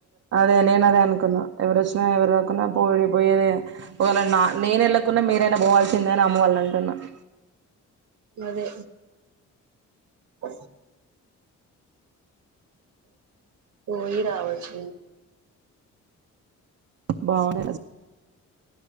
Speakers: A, on the right; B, on the right.
A: అదే నేను అదే అనుకున్నా ఎవరోచ్చినా ఎవరు రాకుండా పోడి పోయేదే ఒకవేళ నా నేను వెళ్ళకుంన్నా మీరైనా పోవాల్సిందే అని అమ్మ వాళ్ళు అంటున్నారు
B: అదే ఓ పోయి రావచ్చు
A: బాగున్నా